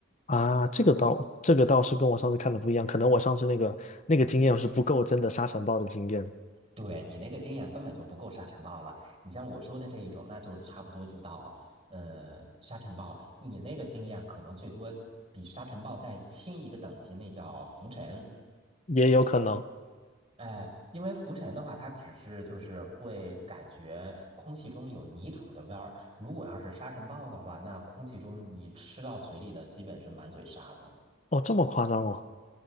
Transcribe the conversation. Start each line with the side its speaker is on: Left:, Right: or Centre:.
Left: 啊，这个倒这个倒是跟我上次看的不一样，可能我上次那个那个经验是不够真的沙尘暴的经验，
Right: 对你那个经验根本就不够沙尘暴了。你像我说的这一种，那就差不多就到呃沙尘暴。你那个经验可能最多比沙尘暴再轻一个等级，那叫浮尘。
Left: 也有可能。
Right: 哎，因为浮尘的话，它只是就是会感觉空气中有泥土的味儿。如果要是沙尘暴的话，那空气中你吃到嘴里的基本是满嘴沙子。
Left: 哦，这么夸张哦。